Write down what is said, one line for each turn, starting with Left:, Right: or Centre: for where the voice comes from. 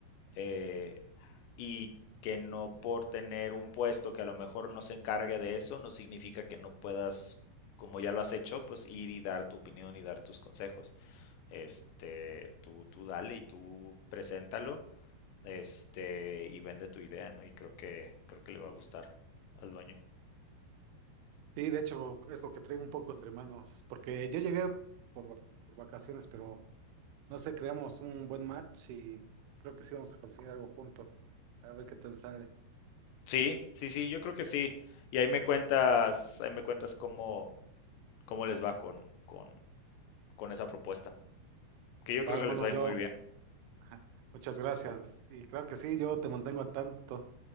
Left: eh, y que no por tener un puesto que a lo mejor no se encargue de eso, no significa que no puedas, como ya lo has hecho, pues ir y dar tu opinión y dar tus consejos. Este, tú, tú dale y tú preséntalo, este, y vende tu idea, ¿no? Y creo que, creo que le va a gustar al dueño.
Right: sí, de hecho es lo que traigo un poco entre manos, porque yo llegué por, va- por vacaciones, pero no sé, creamos un buen match y creo que sí vamos a conseguir algo juntos, a ver qué tal sale.
Left: Sí, sí, sí, yo creo que sí. Y ahí me cuentas, ahí me cuentas cómo, cómo les va con, con, con esa propuesta, que yo creo
Right: Va, hermano,
Left: que les va a
Right: yo,
Left: ir muy bien.
Right: ajá, muchas gracias, y claro que sí, yo te mantengo al tanto.